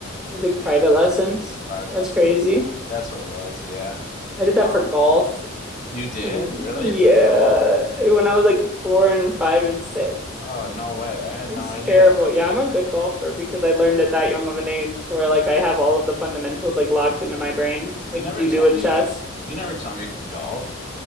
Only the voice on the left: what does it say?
Yeah,
private
lessons.
That's what it was, yeah.
Um
you did
really
for golf?
Oh, no way. I had
no
idea.
You
never
told
me
you could you never told me you could golf.